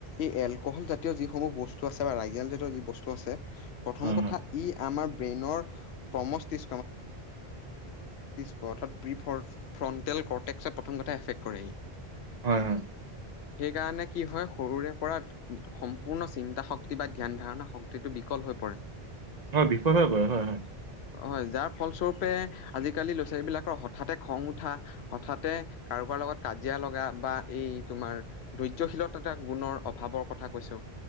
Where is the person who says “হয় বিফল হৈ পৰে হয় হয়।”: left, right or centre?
Right